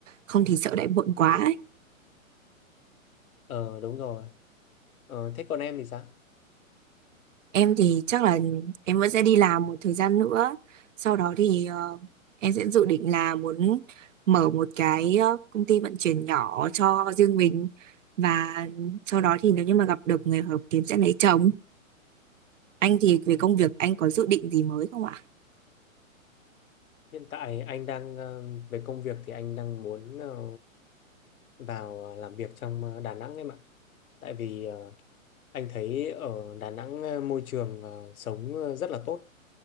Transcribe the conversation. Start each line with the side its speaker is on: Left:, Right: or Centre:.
Right: Không thì sợ lại muộn quá.
Left: Ờ đúng rồi. Ờ thế còn em thì sao?
Right: Em thì chắc là em vẫn sẽ đi làm một thời gian nữa. Sau đó thì ờ, em sẽ dự định là muốn mở một cái ờ, công ty vận chuyển nhỏ cho riêng mình và sau đó thì nếu như mà gặp được người hợp kiếm sẽ lấy chồng. Anh thì về công việc anh có dự định gì mới không ạ?
Left: Hiện tại anh đang ờ, về công việc thì anh đang muốn ờ, vào làm việc trong ờ, Đà Nẵng em ạ. Tại vì ờ, anh thấy ở Đà Nẵng ờ, môi trường ờ, sống ờ, rất là tốt